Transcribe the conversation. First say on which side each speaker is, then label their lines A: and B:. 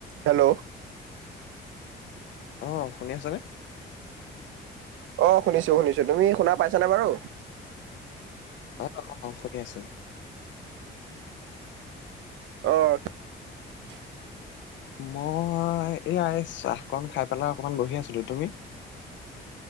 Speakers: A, on the right (about 80°); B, on the left (about 65°).
A: Hello.
B: অহ, শুনি আছনে?
A: অহ, শুনিছোঁ শুনিছো। তুমি শুনা পাইছানে বাৰু?
B: অহ', অহ', অহ' শুনি আছোঁ।
A: অহ' <unintelligible>
B: মই এই আই চাহকন খাই পেলাই অকনমান বহি আছিলোঁ। তুমি?